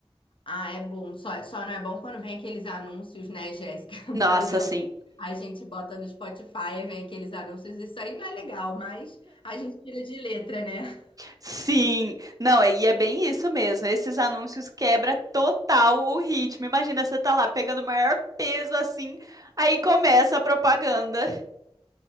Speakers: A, on the left (about 60°); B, on the right (about 35°).
A: Ah, é bom. Só, só não é bom quando vem aqueles anúncios, né, Jéssica? <laughs>
B: Nossa,
A: Por exemplo,
B: sim.
A: a gente bota no Spotify, e vem aqueles anúncios, isso aí não é legal, mas a gente tira de letra, né?
B: Sim. Não, e é bem isso mesmo. Esses anúncios quebra total o ritmo. Imagina você tá lá pegando o maior peso assim, aí começa a propaganda.